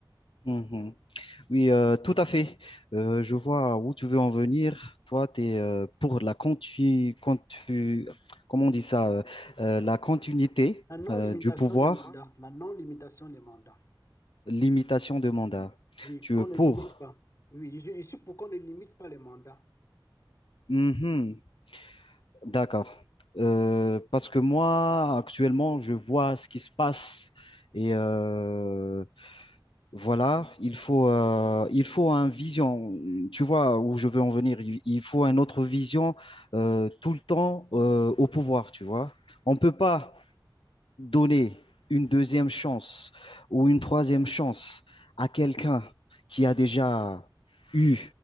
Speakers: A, on the left; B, on the left.
A: mhm, mhm. Oui, euh, tout à fait. Euh, je vois où tu veux en venir. Toi, tu es euh, pour la continu, contu- comment on dit ça, euh, euh, la continuité
B: La Oui, non-limitation
A: euh, du pouvoir,
B: des mandats, la non-limitation des mandats.
A: limitation de mandat.
B: Oui,
A: Tu
B: qu'on
A: es
B: ne
A: pour.
B: limite pas. Oui, je, je suis pour qu'on ne limite pas les mandats.
A: Mhm, d'accord. Euh, parce que moi, actuellement, je vois ce qui se passe et euh, Voilà, il faut, euh, il faut un vision. Tu vois où je veux en venir. Il, il faut un autre vision euh, tout le temps euh, au pouvoir, tu vois. On peut pas donner une deuxième chance ou une troisième chance à quelqu'un qui a déjà eu